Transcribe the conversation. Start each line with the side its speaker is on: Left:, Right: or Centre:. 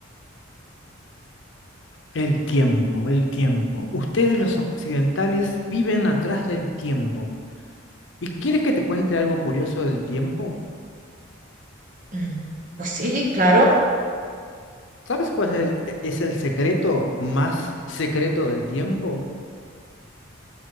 Left: El tiempo, el tiempo. Ustedes los occidentales viven atrás del tiempo. ¿Y quieres que te cuente algo curioso del tiempo?
Right: Mm, Pues sí, claro.
Left: ¿Sabes cuál es el, e- es el secreto más secreto del tiempo?